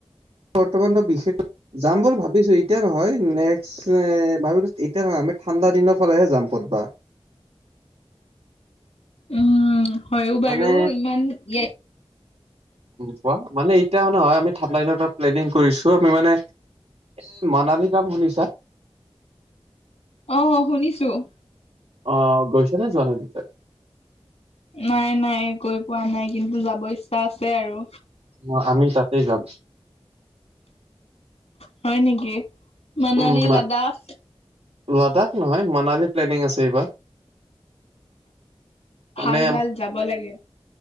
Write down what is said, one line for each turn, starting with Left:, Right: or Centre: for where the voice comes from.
Right: বৰ্তমানত বিশেষ, যাম বুলি ভাবিছোঁ, এতিয়া নহয় নেক্সট, এ ভাবিলোঁ এতিয়া নহয় আমি ঠাণ্ডা দিনৰ ফালেহে যাম, বা',
Left: উম', হয়ও বাৰু
Right: মানে
Left: ইমান লে',
Right: উম, কোৱা মানে এতিয়া নহয়, আমি ঠাণ্ডা দিনত এটা প্লেনিং কৰিছোঁ আমি মানে', এ', মানালী যাম শুনিছা',
Left: আহ শুনিছোঁ ',
Right: অ', গৈছে নে, যোৱা নাই তাতে?
Left: নাই, - নাই গৈ পোৱা নাই কিন্তু যাব ইচ্ছা আছে আৰু,
Right: অ', আমি তাতেই যাম',
Left: হয় নেকি, মানালী
Right: উম,
Left: লাডাখ?
Right: লাডাখ নহয়, মানালী প্লেনিং আছে এইবাৰ,
Left: ভাল,
Right: মানে
Left: ভাল যাব লাগে।